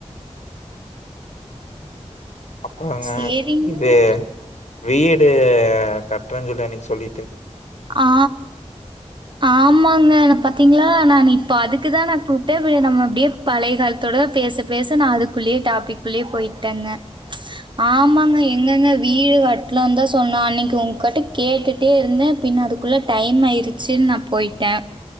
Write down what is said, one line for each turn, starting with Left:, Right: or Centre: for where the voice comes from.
Left: அப்பொறங்க
Right: சரிங்க
Left: இது வீடு நா கட்றன் சொல்லி அன்னைக் சொல்லி
Right: ஆ ஆமாங்க ந பாத்தீங்களா நான் இப்ப அதுக்குதா நா கூப்டே பின்ன நம்ம அப்டியே பழைய காலத்தோட பேச பேச நா அதுக்குள்ளயே டாபிக்குள்ளயே போயிட்டேங்க ஆமாங்க எங்கங்க வீடு கட்லான்தா சொன்னா அன்னைக்கு ஒங்கட்ட கேட்டு ட்டே இருந்தே பின்ன அதுக்குள்ள டைம் ஆயிருச்சுன் நா போயிட்டே